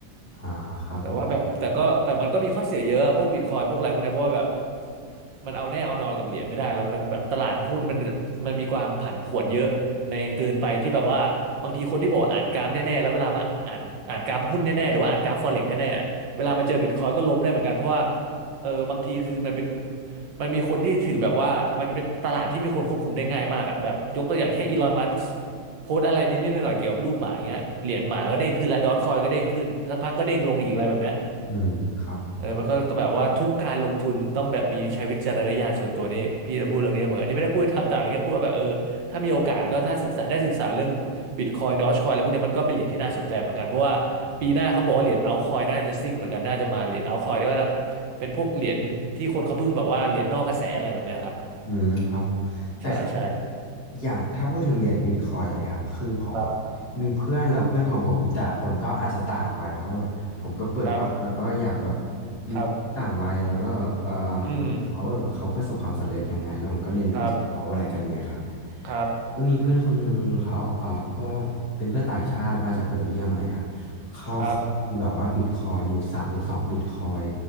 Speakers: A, on the left; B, on the right.
A: อ่าครับผม
B: แต่ว่าแบบแต่ก็แต่มันก็มีข้อเสียเยอะพวกบิตคอยพวกอะไรพวกเนี้ยเพราะว่าแบบมันเอาแน่เอานอนกับเหรียญไม่ได้แล้วมันแบบตลาดหุ้นมันมันมีความผันผวนเยอะในเกินไปที่แบบว่าบางทีคนที่บอกวอ่านกราฟแน่ๆแล้วเวลามาอ่านอ่านกราฟหุ้นแน่ๆหรือว่าอ่านกราฟฟอเร็กซ์แน่ๆเวลามาเจอบิตคอยก็ล้มได้เหมือนกันเพราะว่าเออบางทีคือมันเป็นมันมีคนที่ถือแบบว่ามันเป็นตลาดที่มีคนควบคุมได้ง่ายมากอะแบบยกตัวอย่างแค่อีลอนมัส โพสต์อะไรนิดๆหน่อยๆเกี่ยวกับรูปหมาอย่างเงี้ยเหรียญหมาก็เด้งขึ้นแล้วดอทคอยก็เด้งขึ้นสักพักก็เด้งลงอีกอะไรแบบเนี้ย
A: อืมครับผ
B: เออมันก็ต้องแบบว่าทุกการลงทุนต้องแบบมีใช้วิจารณญาณส่วนตัวนี่พี่จะพูดเรื่องนี้เหมอนอันนี้ไม่ได้พูดทำตามเลยแค่พูดว่าแบบเออถ้ามีโอกาสก็ถ้าศึกษาได้ศึกษาเรื่องบิตคอยน์ดอทคอยอะไรพวกเนี้ยมันก็เป็นเหรียญที่น่าสนใจเหมือนกันเพราะว่าปีหน้าเขาบอกว่าเหรียญเอาคอยน่าจะซิ่งเหมือนกันน่าจะมาเหรียญเอาคอยด้วยนะเป็นพวกเหรียญที่คนเขาเพิ่งแบบว่าเหรียญนอกกระแสอะไรแบบเนี้ยครับ
A: ม อืมครับผมแต่คือ
B: ใช่ใช่
A: อย่างถ้าพูดถึงเหรียญบิตคอยอะไรเงี้ยครับคือผมอ่ะ
B: ครับ
A: มีเพื่อนแล้วเพื่อนของผมแต่ละคนก็อาจจะต่างวัยเพราะแบบผมก็เปิดกว้างแล้วก็อยากแบบ
B: ครับ
A: มีเพื่อนต่างวัยแล้วก็แบบเออ
B: ครับอืม
A: เขาแบบเขาประสบความสำเร็จยังไงแล้วผมก็เรียนรู้จากเขาอะไรกันเนี่ยครับ
B: ครับครับ
A: แล้วก็มีเพื่อนคนหนึ่งเขาเออก็เป็นเพื่อนต่างชาติมาจากเบลเยียมอะไรครับเขา
B: ครับ
A: มีแบบว่าบิตคอยอยู่สามสิบสองบิตคอย